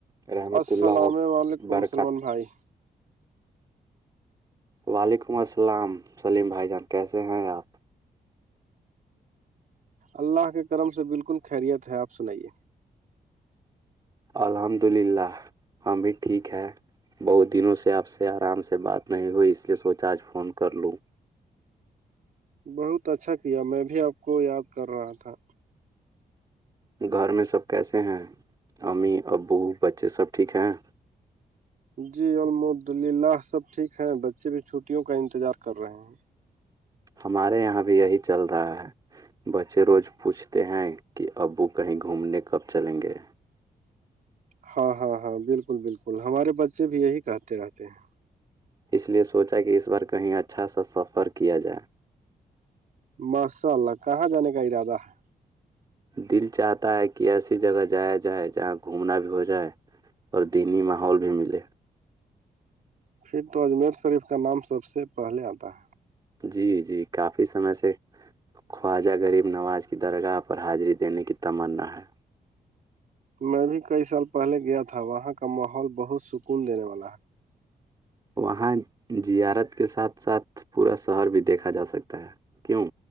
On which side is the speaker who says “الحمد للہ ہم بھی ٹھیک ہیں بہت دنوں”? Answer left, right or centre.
Right